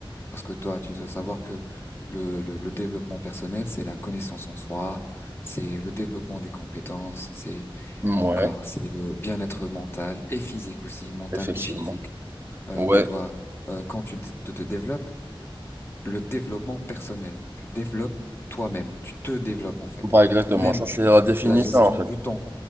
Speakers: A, on the left (about 25°); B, on the right (about 25°).
A: Parce que toi, tu dois savoir que le, le, le développement personnel, c'est la connaissance en soi, c'est le développement des compétences, c'est
B: Ouais,
A: quoi encore, c'est le bien-être mental et physique aussi, mental
B: effectivement.
A: et physique. Euh,
B: Ouais,
A: tu dois, euh, quand tu te te développes le développement personnel. Tu développes toi-même. Tu te développes en fait.
B: bah exactement.
A: Même
B: Ça, c'est la définition,
A: la gestion
B: en fait.
A: du temps.